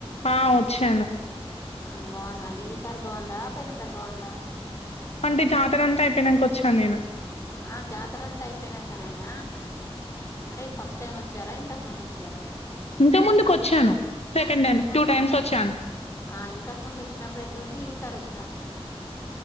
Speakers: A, on the left; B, on the left.
A: ఆ వచ్చాను
B: ఆ బాగుందా అండి ఈసారి బాగుందా పోయిన సార్ బాగుందా
A: అంటే జాతర అంతా అయిపోయినంక వచ్చాను నేను
B: ఆ జాతర అంతా అయిపోయినంకనైన అంటే ఫస్ట్ టైం వచ్చారా ఇంతకు ముందు వచ చేరా
A: ఇంతకు ముందుకు వచ్చాను సెకండ్
B: ఇంతకు
A: టైం
B: ముందు
A: టూ టైమ్స్ వచ్చాను
B: ఆ ఇంతకు ముందు వచ్చినప్పుడు ఎట్లుంది ఈసారి వచ్